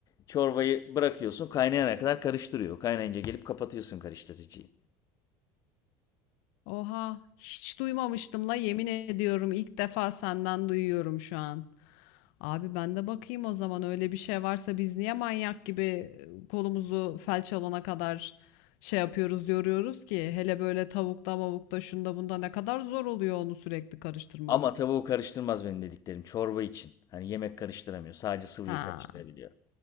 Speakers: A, on the left; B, on the left.
A: Çorbayı bırakıyorsun kaynayana kadar karıştırıyor. Kaynayınca gelip kapatıyorsun karıştırıcıyı.
B: Oha hiç duymamıştım la yemin ediyorum ilk defa senden duyuyorum şu an. Abi ben de bakayım o zaman öyle bir şey varsa biz niye manyak gibi e, kolumuzu felç alana kadar şey yapıyoruz yoruyoruz ki hele böyle tavukta mavukta şunda bunda ne kadar zor oluyor onu sürekli karıştırmak.
A: Ama tavuğu karıştırmaz benim dediklerim çorba için. Hani yemek karıştıramıyor. Sadece sıvıyı
B: Ha.
A: karıştırabiliyor.